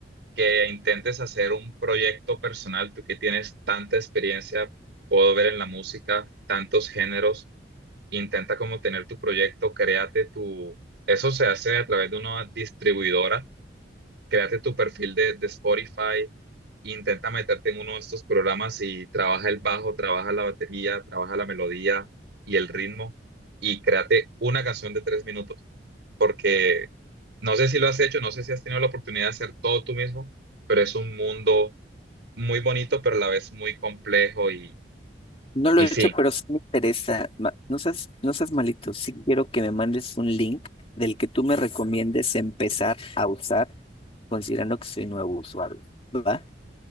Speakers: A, on the right; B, on the left.
A: que intentes hacer un proyecto personal, tú que tienes tanta experiencia, puedo ver en la música, tantos géneros, intenta como tener tu proyecto, créate tu, eso se hace a través de una distribuidora, créate tu perfil de, de Spotify, intenta meterte en uno de estos programas y trabaja el bajo, trabaja la batería, trabaja la melodía y el ritmo y créate una canción de tres minutos porque no sé si lo has hecho, no sé si has tenido la oportunidad de hacer todo tú mismo, pero es un mundo muy bonito, pero a la vez muy complejo y,
B: No lo
A: y
B: he
A: sí,
B: hecho, pero sí me interesa. Ma- No seas, no seas malito. Sí quiero que me mandes un link del que tú me recomiendes empezar a usar, considerando que soy nuevo usuario. ¿Va?